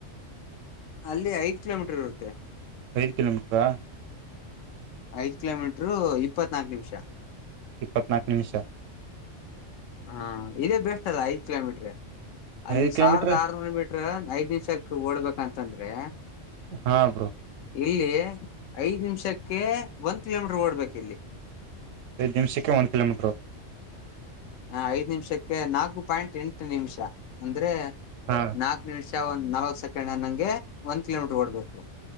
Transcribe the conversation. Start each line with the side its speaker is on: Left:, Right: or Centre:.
Left: ಅಲ್ಲಿ ಐದ ಕಿಲೋಮೀಟರ್ ಇರುತ್ತೆ.
Right: ಐದು ಕಿಲೋಮೀಟ್ರಾ.
Left: ಐದ್ ಕಿಲೋಮೀಟರು ಇಪ್ಪತ್ನಾಕು ನಿಮಿಷ.
Right: ಇಪ್ಪತ್ತ್ನಾಕು ನಿಮಿಷ.
Left: ಹಾ ಇದೇ ಬೆಸ್ಟ್ ಅಲ್ಲ ಐದ್ ಕಿಲೋಮೀಟ್ರ ಅಲ್ಲಿ
Right: ಐದು ಕಿಲೋಮೀಟ್ರ
Left: ಸಾವಿರದ ಆರ್ನೂರ ಮೀ. ಐದ್ ನಿಮಷಕ್ ಓಡ್ಬೇಕಂತಂದ್ರೆ.
Right: ಹಾ ಬ್ರೋ.
Left: ಇಲ್ಲಿ ಐದ್ ನಿಮಿಷಕ್ಕೆ ಒಂದ್ ಕಿಲೋಮೀಟರ್ ಓಡ್ಬೇಕ ಇಲ್ಲಿ.
Right: ನಿಮ್ಸಕ್ಕೆ ಒಂದ ಕಿಲೋಮೀಟರು.
Left: ಹ ಐದ್ ನಿಮಿಷಕ್ಕೆ ನಾಲ್ಕು ಪಾಯಿಂಟ್ ಎಂಟ ನಿಮಿಷ ಅಂದ್ರೆ
Right: ಹಾ
Left: ನಾಕ್ನಿಮಿಷ ಒಂದ್ ನಲ್ವ ಸೆಕೆಂಡ್ ನಂಗೆಂದ ಕಿಲೋಮೀಟರ್ ಓಡ್ಬೇಕು.